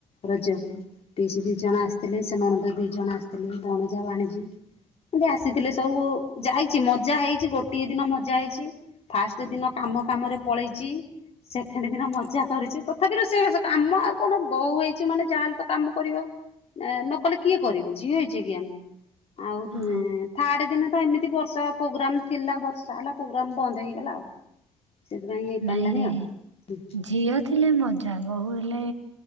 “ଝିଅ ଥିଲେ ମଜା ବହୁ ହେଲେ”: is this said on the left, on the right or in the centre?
Right